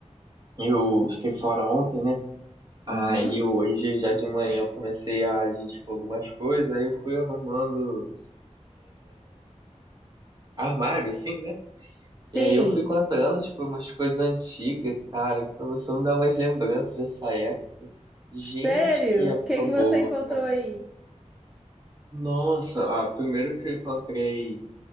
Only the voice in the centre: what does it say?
Uhum.
Sim,
sério?
O que que
você encontrou
aí?